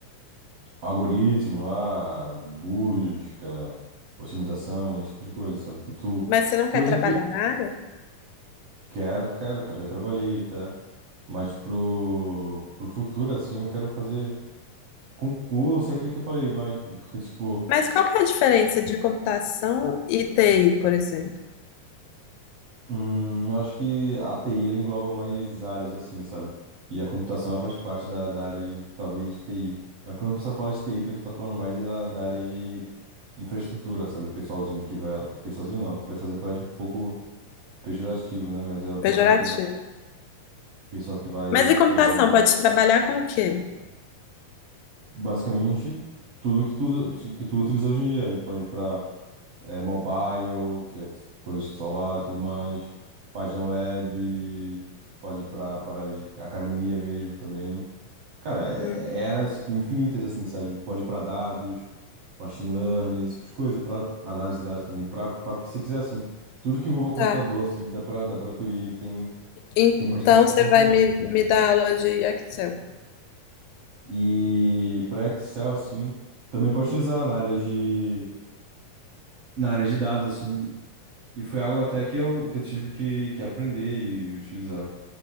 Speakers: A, on the right; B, on the left.
A: algoritmo lá de busca, otimização, esse tipo de coisa, sabe? Que tu.
B: Mas você não
A: Coisa
B: quer trabalhar
A: que
B: na área?
A: quero, quero, cara, já trabalhei até. Mas pro, pro futuro, assim, eu quero fazer concurso, é aquilo que eu falei, mas. Porque, tipo,
B: Mas qual que é a diferença de computação e TI, por exemplo?
A: hum, eu acho que a TI ela engloba mais áreas, assim, sabe? E a computação ela faz parte da, da área de, talvez, TI. Mas quando o pessoal fala de TI, o pessoal tá falando mais da, da área de infraestrutura, sabe? O pessoalzinho que vai. Pessoalzinho não, o pessoalzinho parece um pouco pejorativo, né? Mas é o pessoal
B: Pejorativo.
A: que vai, pessoal que vai,
B: Mas e computação,
A: por exemplo,
B: pode trabalhar com o quê?
A: basicamente tudo que tu usa, que tu utiliza hoje em dia. A gente pode ir para mobile, que é coisas de celular, e tudo mais, página web, pode ir para para academia mesmo também. Cara, é-
B: Hum,
A: era tipo infinitas assim, sabe? Pode ir para dados, machine learning, esse tipo de coisa, para análise de dados também, para para o que você quiser assim. Tudo que envolva computador
B: tá.
A: assim, dá para dá para tu ir, tem
B: Então
A: tem bastante
B: você
A: oportunidade.
B: vai me, me dar aula de Excel.
A: E para Excel, assim, também pode utilizar na área de, na área de dados, assim. E foi algo até que eu, que eu tive que, que aprender e utilizar.